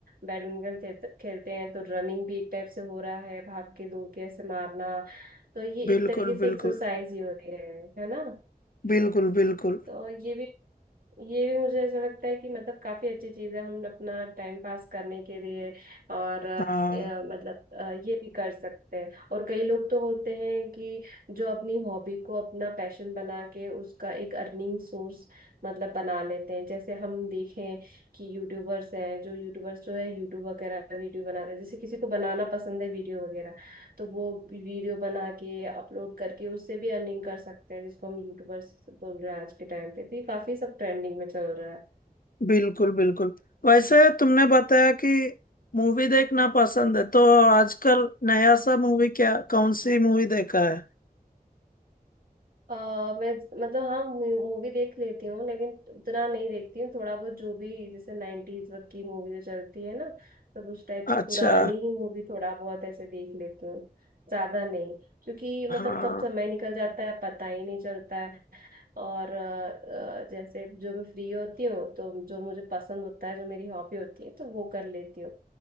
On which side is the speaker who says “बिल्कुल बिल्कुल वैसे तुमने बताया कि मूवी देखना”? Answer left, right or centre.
Left